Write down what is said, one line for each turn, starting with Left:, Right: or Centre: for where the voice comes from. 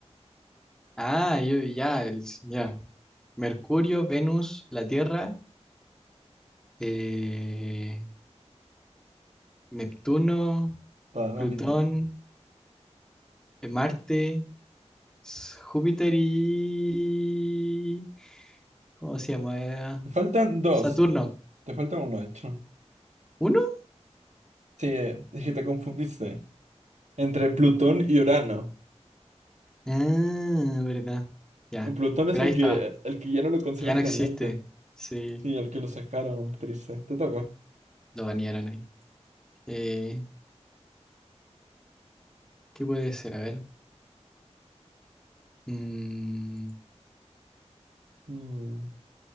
Centre: Ah, yo, ya, el- ya. Mercurio, Venus, la Tierra, eh, Neptuno,
Right: Va,
Centre: Plutón,
Right: va bien.
Centre: eh, Marte. S- Júpiter y... ¿Cómo se llama? Uno.
Right: Te faltan dos.
Centre: Saturno.
Right: Te falta uno, de hecho.
Centre: ¿Uno?
Right: Sí, eh, es que te confundiste. Entre Plutón y Urano.
Centre: Ah, verdad. Ya.
Right: O Plutón
Centre: Pero
Right: es el
Centre: ahí
Right: que,
Centre: Ah, está.
Right: el que ya no lo consideran
Centre: que Ya no
Right: planeta.
Centre: sí. existe. Sí,
Right: Sí, el que lo sacaron, triste. Te toca.
Centre: lo banearon ahí. Eh, ¿qué puede ser? A ver. Mm,
Right: Mm.